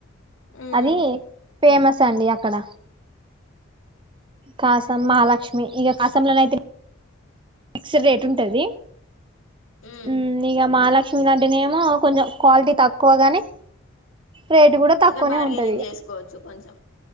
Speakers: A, on the left; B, on the right.
A: ఉమ్
B: అది ఫేమస్ చ్చండి అక్కడ కాసం మహాలక్ష్మి మీ ఇక కాసంలోనైయితే ఫిక్స్డ్ రేట్ ఉంటది
A: ఇంగ
B: ఉమ్ ఇగ మహాలక్ష్మీలో అంటేనేమో కొంచెం క్వాలిటీ తక్కువ గాని రేట్ కూడా తక్కువనే
A: ఇంకా బార్గెయినింగ్
B: ఉంటది ఇక
A: చేసుకోవచ్చు కొంచెం